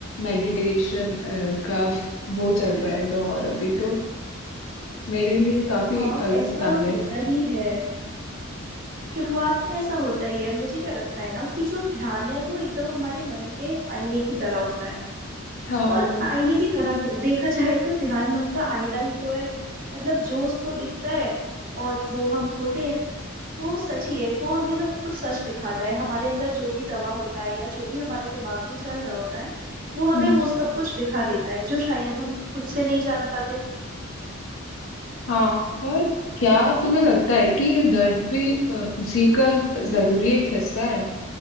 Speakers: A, on the left; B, on the right.
A: मेडिटेशन का फ- वो चल रहा है दौर अभी तो मेरे लिए काफी
B: हाँ
A: अलग
B: ऐसा
A: था ये
B: होता ही है शुरुआत में ऐसा होता ही है मुझे क्या लगता है ना कि जो ध्यान है वो एकदम हमारे मन के आईने की तरह होता है
A: हाँ
B: और आईने की तरह क्या देखा जाए तो ध्यान मन का आईना ही तो है मतलब जो उसको दिखता है और वो हम होते हैं तो सच ही है वो हमें सब कुछ सच दिखाता है हमारे अंदर जो भी दबा होता है या जो भी हमारे दिमाग में चल रहा होता है वो हमें
A: हम्म
B: वो सब कुछ दिखा देता है जो शायद हम खुद से नहीं जान पाते
A: हाँ और क्या तुम्हें लगता है कि ये दर्द भी अ, उसी का जरूरी एक हिस्सा है